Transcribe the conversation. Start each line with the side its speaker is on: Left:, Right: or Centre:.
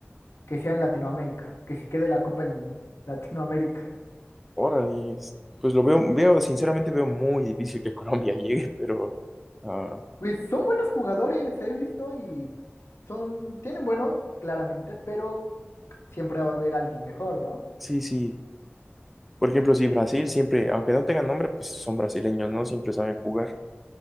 Left: que sea en Latinoamérica, que si quede la copa en Latinoamérica. <laughs>
Centre: Ahora, y, pues lo veo, veo, sinceramente veo muy difícil que <laughs> Colombia llegue, pero ah,
Left: Pues son buenos jugadores, he visto, y son, tienen buenos, claramente, pero siempre va a haber alguien mejor, ¿no?
Centre: sí, sí. Por ejemplo, sí, Brasil siempre, aunque no tengan nombre, pues son brasileños, ¿no? Siempre saben jugar,